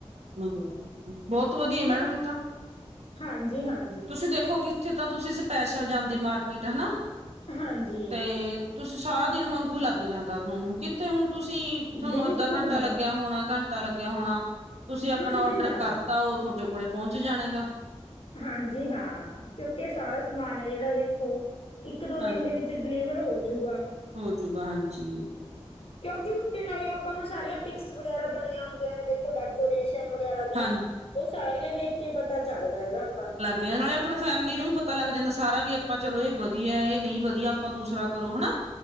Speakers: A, on the right (about 85°); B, on the left (about 65°).
A: ਮੰਗਵਾਏ ਨਾ, ਬਹੁਤ ਵਧੀਆ ਮੈਡਮ
B: ਕਿ
A: ਇਹ ਤਾਂ।
B: ਹਾਂਜੀ, ਹਾਂ
A: ਤੁਸੀਂ ਦੇਖੋ, ਕਿੱਥੇ ਤਾਂ ਤੁਸੀਂ ਸਪੈਸ਼ਲ ਜਾਂਦੇ ਮਾਰਕੀਟ, ਹਨਾ।
B: ਹਾਂਜੀ!
A: ਤੇ ਤੁਸੀਂ ਸਾਰਾ ਦਿਨ ਵਾਂਗੂ ਲੱਗ ਜਾਂਦਾ ਥੋਨੂੰ, ਕਿੱਥੇ ਹੁਣ ਤੁਸੀਂ, ਤੁਹਾਨੂੰ
B: ਬਿਲਕੁਲ
A: ਅੱਧਾ-ਘੰਟਾ
B: ਮੈਮ
A: ਲੱਗਿਆ ਹੋਣਾ, ਘੰਟ ਟਾ ਲੱਗਿਆ ਹੋਣਾ, ਤੁਸੀਂ ਆਪਣਾ
B: ਹਾਂਜੀ
A: ਔਡਰ
B: ਹਾਂ
A: ਕਰਤਾ, ਉਹ ਥੋਡੇ ਕੋਲੇ ਪਹੁੰਚ ਜਾਣਾ ਹੇਗਾ।
B: ਹਾਂਜੀ, ਹਾਂ, ਕਿਉਂਕਿ ਸਾਰਾ ਸਮਾਨ ਐ ਜਿਹੜਾ ਦੇਖੋ, ਇੱਕ-ਦੋ
A: ਹਾਂ
B: ਦਿਨ ਦੇ ਵਿੱਚ ਵਿੱਚ ਡਿਲੀਵਰ ਹੋਜੂਗਾ।
A: ਹੋਜੂਗਾ, ਹਾਂਜੀ।
B: ਕਿਉਂਕੀ ਉੱਤੇ ਨਾਲੇ ਆਪਾਂ ਨੂੰ ਸਾਰੀਆਂ ਪਿਕਸ ਵਗੈਰਾ ਬਣੀਆਂ ਹੁੰਦੀਆਂ ਨੇ ਦੇਖੋ ਡੈ ਡੈਕੋਰੇਸ਼ਨ ਵਗੈਰਾ ਦੀਆਂ,
A: ਹਾਂ
B: ਉਹ ਸਾਰੀਆਂ ਦੇਖਕੇ ਪਤਾ ਚੱਲਦਾ ਹੈਗਾ, ਆਪਾ ਨੂੰ।
A: ਤੇ ਨਾਲੇ ਆਪਣੇ ਫੈਮਿਲੀ ਨੂੰ ਵੀ ਪਤਾ ਲੱਗ ਜਾਂਦਾ ਸਾਰਾ ਵੀ, ਆਪਾਂ ਚਲੋ ਇਹ ਵਧੀਆ, ਇਹ ਨਹੀਂ ਵਧੀਆ, ਆਪਾਂ ਦੂਸਰਾ ਕਰੋ ਹਣਾ।